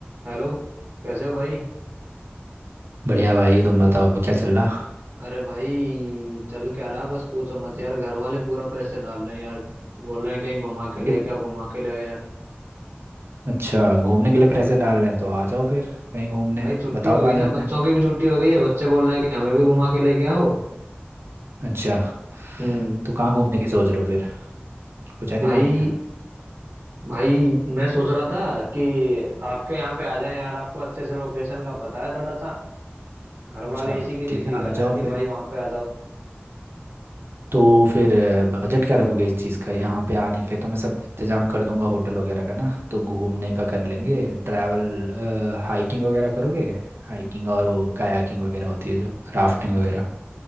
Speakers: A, on the right; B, on the right.
A: Hello कैसे हो भाई
B: बढ़िया भाई तुम बताओ क्या चल रहा
A: अरे भाई चल क्या रहा है? बस पूछो मत यार घर वाले पूरा प्रेशर डाल रहे हैं यार बोल रहे हैं कहीं घुमा के लेके
B: इत-
A: आओ घुमा के ले आओ यार
B: अच्छा घूमने के लिए पैसे डाल रहे हैं तो आ जाओ फिर कहीं घूमने
A: भाई छुट्टी
B: बताओ
A: हो
B: कहाँ
A: गई
B: जाना
A: ना बच्चों
B: है
A: की भी छुट्टी हो गई है बच्चे बोल रहे हैं कि हमें भी घुमा के लेके आओ
B: अच्छा
A: हम्म
B: तो कहाँ घूमने की सोच रहे हो फिर कुछ है दिमाग
A: भाई
B: में
A: भाई मैं सोच रहा था कि आपके यहाँ पे आ जाए यार आपको अच्छे से लोकेशन का पता है थोड़ा सा घर
B: अच्छा
A: वाले इसी की जिद
B: ठीक है
A: ही कर
B: आ
A: रहे
B: जाओ
A: हैं कि
B: फिर
A: भाई वहां पे आ जाओ
B: तो फिर अ, बजट क्या रखोगे इस चीज़ का यहाँ पे आने के लिए तो मैं सब इंतजाम कर दूंगा होटल वगैरह का ना तो घूमने का कर लेंगे ट्रैवल हाइकिंग वगैरह करोगे हाइकिंग और वो कायाकिंग वगैरह होती है जो राफ्टिंग वगैरह